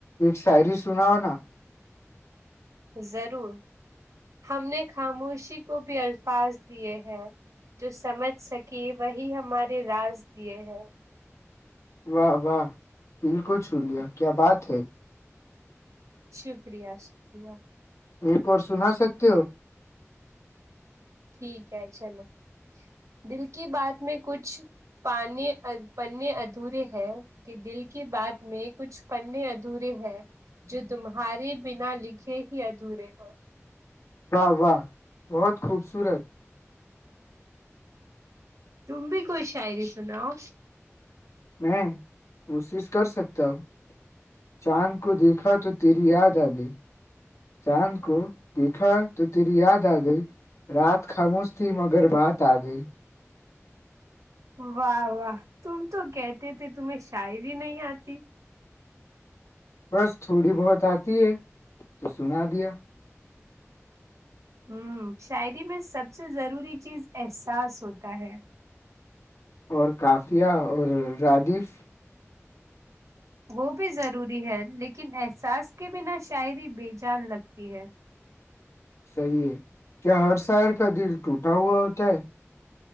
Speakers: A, on the left; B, on the right.
A: شعری سناؤ نا
B: ضرور ہم نے خاموشی کو بھی الفاظ دیے ہیں جو سمجھ سکے وہی ہمارے راز دیے ہیں
A: واہ واہ بالکل چو لیا کیا بات ہے
B: شکریہ شکریہ
A: ایک سنا سکتے ہو
B: ٹھیک ہے چلو دل کی بات میں کچھ پے پنے ادھورے ہے کہ دل کی بات میں کچھ پنے ادھورے ہے جو تمہارے بنا لکھے ہی ادھورے ہیں
A: واہ واہ بہت خوبصورت
B: تم بھی کوئی شاعری سناؤ
A: میں کوشش کر سکتا ہوں چاند کو دیکھا تو تیری یاد آ گئی چاند کو دیکھا تو تیری یاد آ گئی رات خاموش تھی مگر بات آ گئی
B: واہ واہ تم تو کہتے تھے تمہیں شاعری نہیں آتی
A: بس تھوڑی بہت آتی ہے تو سنا دیا
B: ہوں شاعری میں سب سے ضروری چیز احساس ہوتا ہے
A: اور کافیہ اور راجیف
B: وہ بھی ضروری ہے لیکن احساس کے بنا شاعری بے جان لگتی ہے
A: صحیح ہے کیا ہر شار کا دل ٹوٹا ہوا ہوتا ہے